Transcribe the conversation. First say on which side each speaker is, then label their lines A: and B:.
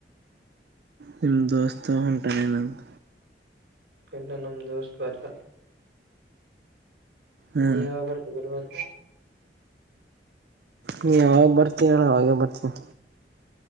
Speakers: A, on the right; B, on the right.
A: ನಿಮ್ಮ ದೋಸ್ತ ಹೊಂಟಾನೇ ನಂತ.
B: ಇಲ್ಲ ನಮ ದೋಸ್ ಬರ್ಲ್ಲ.
A: ಹಾ
B: ನೀ ಯಾವಾಗ ಬರ್ತಿ ಗುರುವಾರ.
A: ನೀ ಯಾವಾಗ ಬರ್ತಿ ಹೇಳ ಅವಾಗೇ ಬರ್ತೀನಿ.